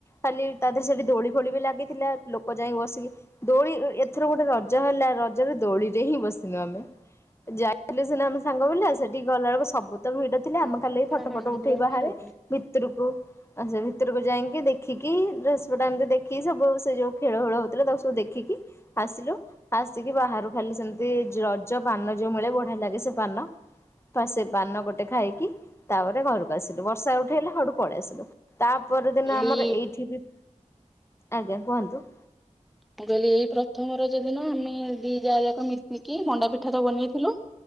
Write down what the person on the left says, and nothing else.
ଖାଲି ତାଧିରେ ସେଠି ଦୋଳି ଫୋଳି ବି ଲାଗିଥିଲା ଲୋକ ଯାଇକି ବସିକି ଦୋଳି ଏ-ଏଥର ଗୋଟେ ର ରଜ ହେଲା ରଜରେ ଦୋଳିରେ ହିଁ ବସିନୁ ଆମେ ଯାଇଥିଲି ସିନା ଆମେ ସାଙ୍ଗ ପିଲା ସେଠିକି ଗଲାବେଳକୁ ସବୁ ଭିଡ ଥିଲା
ଆମେ କାଲି
ଫଟୋ
ଫଟ ଉଠେଇ ବାହାରେ
ଭିତୁରୁକୁ ଆଚ୍ଛା ଭିତରକୁ ଯାଇଁକି ଦେଖିକି ଡ୍ରେସ ପଟା ଏମତି ଦେଖି ସବୁ ସେ ଯୋଉ ଖେଳ ଫେଳ ହଉଥିଲା ତାକୁ ସବୁ ଦେଖି ଆସିଲୁ। ଆସିକି ବାହାରୁ ଖାଲି ସେମତି ଯ ରଜ ପାନ ଯୋଉ ମିଳେ ବଢିଆ ଲାଗେ ସେ ପାନ ପା ସେ ପାନ ଗୋଟେ ଖାଇକି ତାପରେ ଘରକୁ ଆସିଲୁ ବର୍ଷା ଉଠେଇଲା ହଉଠୁ ପଳେଇ ଆସିଲୁ ତାପର ଦିନ
ଆମର ଏଇଠି ବି ଆଜ୍ଞା କୁହନ୍ତୁ?